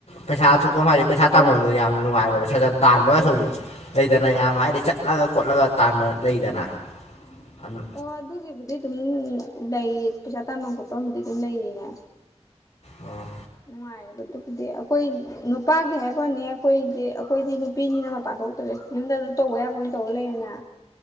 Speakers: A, on the left (about 65°); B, on the left (about 30°).
A: ꯄꯩꯁꯥ ꯊꯣꯛꯄ ꯍꯥꯏꯁꯦ ꯄꯩꯁꯥ ꯇꯝꯐꯝꯗ
B: ꯑꯣ
A: ꯌꯥꯝ ꯅꯨꯡꯉꯥꯏꯣꯕ ꯄꯩ ꯇꯥꯟꯕꯒ ꯁꯨꯝ ꯂꯩꯗꯅ ꯌꯥꯝ ꯍꯥꯏꯗꯤ ꯆꯠꯂꯒ ꯈꯣꯠꯂꯒ ꯇꯥꯟꯕ ꯂꯩꯗꯅ ꯑꯗꯨ
B: ꯑꯣ ꯑꯗꯨꯒꯤꯕꯨꯗꯤ ꯑꯗꯨꯝ ꯂꯩꯌꯦ ꯄꯩꯁꯥ ꯇꯥꯐꯝ ꯈꯣꯠꯄꯕꯨꯗꯤ ꯑꯗꯨꯝ ꯂꯩꯌꯦꯅꯦ
A: ꯑ
B: ꯅꯨꯡꯉꯥꯏꯕꯗꯨꯕꯨꯗꯤ ꯑꯩꯈꯣꯏ ꯅꯨꯄꯥꯒꯤ ꯍꯥꯏꯕꯅꯦ ꯑꯩꯈꯣꯏꯗꯤ ꯑꯩꯈꯣꯏꯗꯤ ꯅꯨꯄꯤꯅꯤꯅ ꯃꯄꯥꯟ ꯧꯗ꯭ꯔꯦ ꯌꯨꯝꯗ ꯑꯗꯨꯝ ꯇꯧꯕ ꯌꯥꯕ ꯑꯣꯏꯅ ꯇꯧꯕ ꯂꯩꯌꯦꯅ